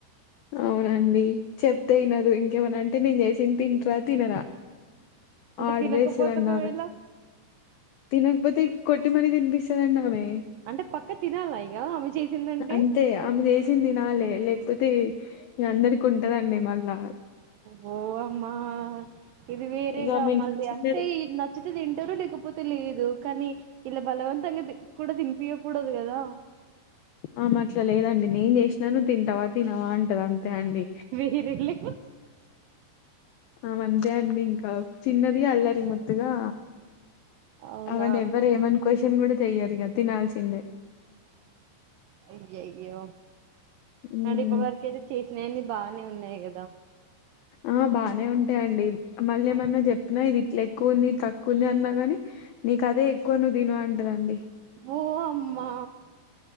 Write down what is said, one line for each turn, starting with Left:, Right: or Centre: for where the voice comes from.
Left: అవునండి చెప్తే ఇనదు ఇంకేమన్నా అంటే నేను చేసినది తింటార తినరా
Right: అంటే
Left: ఆడ్రేస్
Right: తినకపోతే
Left: దండి
Right: ఒకవేళ
Left: ఆమే తినకపోతే కొట్టిమరీ తినిపిస్తాదండి ఆమె
Right: అంటే పక్క తినాలా ఇగ ఆమె చేసిందంటే
Left: అంతే ఆమె జెసింది తినాలే లేక్ కాకపోతే అందరికి ఉంటదండి మళ్ళా
Right: ఓహో అమ్మా ఇది వేరేగా
Left: ఇగ ఆమె ఇంట్లో
Right: మళ్ళీ
Left: చిన్నది
Right: అంటే ఇది నచ్చితే తింటారు లేకపో లేకపోతే లేదు కానీ ఇలా బలవంతగా ది కూడా తినిపియ కూడదు కదా
Left: ఆమె అట్లా లేదండి నేను చేసినాను తింటావా తినవా అంటది అం అంతే అండి
Right: వేరేలే
Left: ఆమంతే అండి ఇంకా చిన్నది అల్లరి ముద్దుగా
Right: అవునా
Left: అవను ఎవ్వరు ఏమని కోషన్ కూడా చెయ్యిరు ఇగ తినాల్సిందే
Right: అయ్యయ్యో
Left: ఉమ్
Right: అంటే ఇప్పుడి వరకు అయితే చేసినా బానే ఉన్నాయి కదా
Left: ఆ బానే ఉంటాయండి. మళ్ళ ఏమన్నా చెప్పిన ఇది ఇట్లా ఎక్కువ ఉంది తక్కువ ఉంది అన్నా గాని నీకు అదే ఎక్కువ నువ్వు తిను అంటాదండి.
Right: ఊ అమ్మా